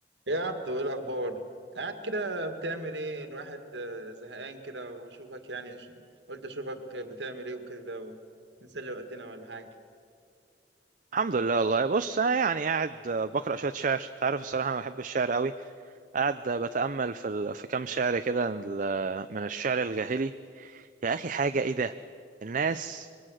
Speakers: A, on the right; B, on the right.
A: يا عبدو ايه الاخبار قاعد كده بتعمل ايه الواحد آه، زهقان كده وبشوفك يعني ش... قلت اشوفك بتعمل ايه وكده ونسلي وقتنا ولا حاجه
B: الحمد لله والله بص انا يعني قاعد آه، بقرا شويه شعر انت عارف الصراحه انا بحب الشعر قوي قاعد آه، بتامل في ال... في كام شعر كده ال- من الشعر الجاهلي يا اخي حاجه ايه ده الناس